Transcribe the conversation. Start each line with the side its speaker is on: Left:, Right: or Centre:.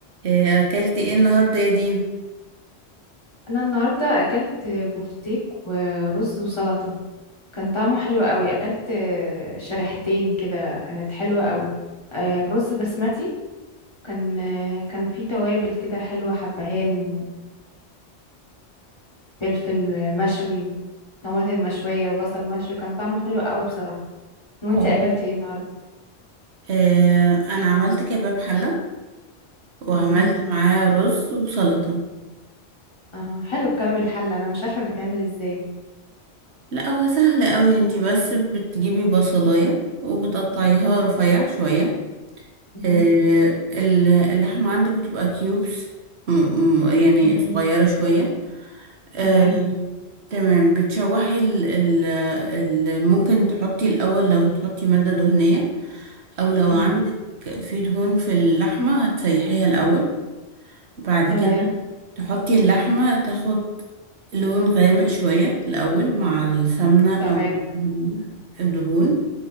Right: آه، اكلت ايه النهارده يا دينا
Left: انا النهارده اكلت بفتيك ورز وسلطه كان طعمه حلو قوي اكلت شريحتين كده كانت حلوه قوي آه، الرز بسمتي كان كان فيه توابل كده حلوه حبهان و- وفلفل مشوي وطماطم مشويه وبصل مشوي كان طعمه حلو قوي بصراحه وانتي
Right: اه
Left: اكلتي ايه النهارده
Right: آه، انا عملت كباب حله وعملت
Left: امم
Right: معاه رز وسلطه
Left: اه حلو الكباب الحله انا مش عارفه بيتعمل ازاي
Right: لا هو سهل قوي انتي بس بتجيبي بصلايه وبتقطعيها رفيع شويه
Left: مهم.
Right: آه، ال- اللحمه عندك بتبقى كيوبس م- م- يعني
Left: مم.
Right: صغيره شويه آه،
Left: تمام
Right: تمام بتشوحي ال ال ال ممكن تحطي الاول لو هتحطي ماده دهنيه او لو
Left: مهم.
Right: عندك في دهون في اللحمه هتسيحيها الاول بعد
Left: تمام
Right: كده تحطي اللحمة تاخد لون غامق شوية الأول مع السمنة
Left: تمام
Right: أو ال- الدهون